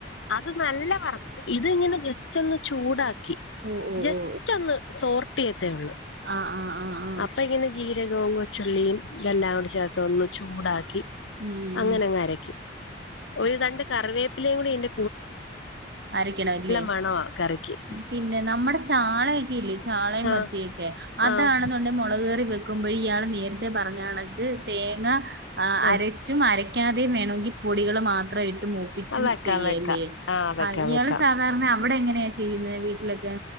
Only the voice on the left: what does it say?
അത് നല്ല വറുത്ത് ഇത് ഇങ്ങനെ ജസ്റ്റ് ഒന്ന് ചൂടാക്കി.
ജസ്റ്റ്
ഒന്ന് സോർട്ടിയത്തേ ഉള്ളു.
അപ്പൊ ഇങ്ങനെ ജീരകവും കൊച്ചുള്ളിയും, ഇതെല്ലാം കൂടെ ചേർത്ത് ഒന്ന് ചൂടാക്കി,
അങ്ങനങ്ങരക്കും. ഒരു രണ്ട് കറിവേപ്പിലേം കൂടി ഇയന്റ
മണവാ കറിക്ക്
ആഹ്
ആഹ്
ആ
ആ വെക്കാം
വെക്കാം ആ വെക്കാം
വെക്കാം